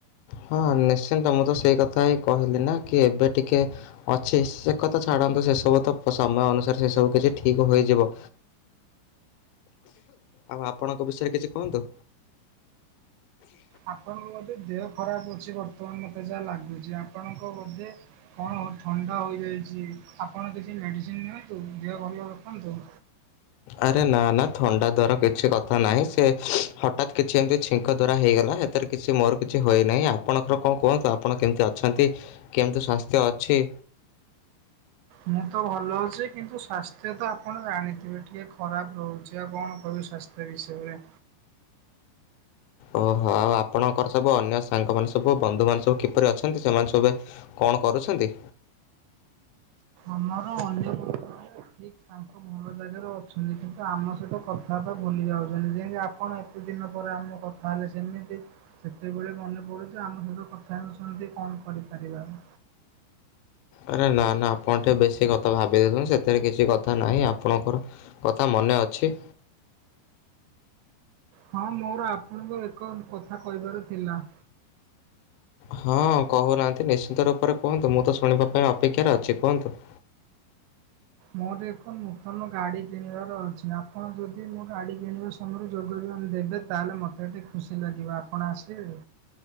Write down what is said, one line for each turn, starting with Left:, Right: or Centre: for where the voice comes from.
Left: ହଁ ନିଶ୍ଚିନ୍ତ ମୁଁତ ସେଇ କଥାହିଁ କହିଲିନା କିଏବେ ଟିକେ ଅଛି ସେ କଥା ଛାଡ଼ନ୍ତୁ ସେ ସବୁ ତ ସମୟ ଅନୁସାରେ ସେ ସବୁ କିଛି ଠିକ ହୋଇଯିବ ଆଉ ଆପଣଙ୍କ ବିଷୟରେ କିଛି କୁହନ୍ତୁ
Right: ଆପଣଙ୍କ ବୋଧେ ଦେହ ଖରାପ ଅଛି ବର୍ତ୍ତମାନ ମତେ ଯାହା ଲାଗୁଛି ଆପଣଙ୍କ ବୋଧେ ହଁ ଥଣ୍ଡା ହୋଇଯାଉଛି ଆପଣ ଟିକେ ମେଡିସିନ ନିଅନ୍ତୁ ଦେହ ଭଲ ରଖନ୍ତୁ।
Left: ଆରେ ନା ନା ଥଣ୍ଡା ଦାର କିଛି କଥା ନାହିଁ ସେ ହଠାତ୍ କିଛି ଏମିତି ଛିଙ୍କ ଦାର ହେଇଗଲା ସେଥିରେ ସେ ମୋର କିଛି ହୋଇନାହିଁ ଆପଣଙ୍କର କଣ କୁହନ୍ତୁ ଆପଣ କେମିତି ଅଛନ୍ତି କେମିତି ସ୍ଵାସ୍ଥ୍ୟ ଅଛି।
Right: ମୁଁ ତ ଭଲ ଅଛି କିନ୍ତୁ ସ୍୍ୱାସ୍ଥ୍ୟ ତ ଆପଣ ଜାଣିଥିବେ ଟିକେ ଖରାପ ରହୁଛି ଆଉ କଣ କହିବି ସ୍ୱାସ୍ଥ୍ୟ ଏ ବିସୟରେ
Left: ଓହୋ ଆଉ ଆପଣଙ୍କର ସବୁ ଅନ୍ୟ ସାଙ୍ଗ ମାନ ସବୁ ବନ୍ଧୁ ମାନ ସୁ କିପରି ଅଛନ୍ତି ସେମାନେ ସବୁ କଣ କରୁଛନ୍ତି
Right: ଆମର ଅନ୍ୟ ଠିକ୍ ତାଙ୍କୁ ଭଲ ଜାଗାରେ ଅଛନ୍ତି କିନ୍ତୁ ଆମ ସହିତ କଥାଟ ଭୁଲି ଯାଉଛନ୍ତି ଯେମତି ଆପଣ ଏତେ ଦିନ ପରେ ଆମ କଥା ତାହେଲେ ସେମିତି ସେତେବେଳେ ମନେ ପଡ଼ୁଛି ଆମ ସହିତ କଥା ହେଉଛନ୍ତି କଣ କରିପାରିବା ଆଉ।
Left: ଆରେ ନା ନା ଆପଣ ଟିକେ ବେଶୀ କଥା ଭାବିଦଥନ୍ତ ସେଥିରେ କିଛି କଥା ନାହିଁ ଆପଣଙ୍କର କଥା ମନେ ଅଛି
Right: ହଁ ମୋର ଆପଣଙ୍କ ଏକ କଥା କହିବାର ଥିଲା
Left: ହଁ କହୁନାହାନ୍ତି ନିଶ୍ଚିନ୍ତ ରୂପରେ କୁହନ୍ତୁ ମୁଁ ତ ଶୁଣିବା ପାଇଁ ଅପେକ୍ଷାରେ ଅଛି କୁହନ୍ତୁ
Right: ମୋର ଏକ ନୂତନ ଗାଡି କିଣିବାର ଅଛି ଆପଣ ଯଦି ମୁଁ ଗାଡି କିଣିବା ସମୟରେ ଯୋଗଦାନ ଦେବେ ତାହେଲେ ମୋତେ ଟିକିେ ଖୁସି ଲାଗିବ ଆପଣ ଆସିବେ।